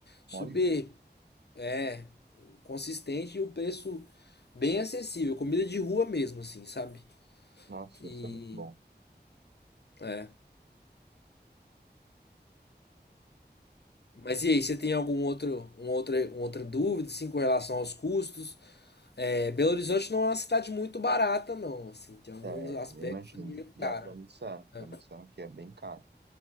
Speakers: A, on the left; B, on the right.
A: super
B: Olha,
A: é, consistente e o preço bem acessível. Comida de rua mesmo, assim, sabe?
B: nossa,
A: E.
B: isso é muito bom.
A: É. Mas e aí, você tem algum outro, um outra, uma outra dúvida, assim, com relação aos custos? É, Belo Horizonte não é uma cidade muito barata, não. Assim, tem alguns
B: É,
A: aspectos
B: eu imagino.
A: meio
B: Já,
A: cara.
B: já me disseram,
A: É.
B: já me disseram que é bem caro.